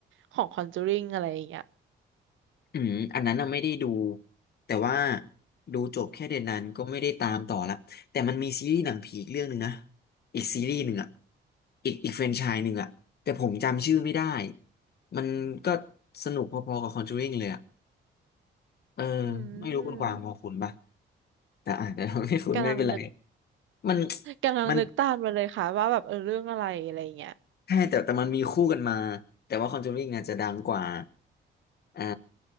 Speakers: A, on the right; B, on the left.
A: ของ Conjuring อะไรอย่างเงี้ย
B: อืมอันนั้นน่ะไม่ได้ดูแต่ว่าดูจบแค่เดือนนั้นก็ไม่ได้ตามต่อละแต่มันมีซีรีส์หนังผีอีกเรื่องหนึ่งนะอีกซีรีส์หนึ่งอ่ะอีกอีกแฟรนไชส์หนึ่งอ่ะแต่ผมจำชื่อไม่ได้มันก็สนุกพอๆกับ Conjuring เลยอ่ะเออ
A: อืม
B: ไม่รู้คุณกวางพอคุณปะแต่อาจจะแต่ <laughs> เราไม่คุณไม่เป็นไร
A: กำลังนึก
B: มัน
A: กำลังนึกตามมาเลยค่ะว่าแบบเออเรื่องอะไรอะไรอย่างเงี้ย
B: มัน ใช่แต่แต่มันมีคู่กันมาแต่ว่า Conjuring อาจจะดังกว่าอ่า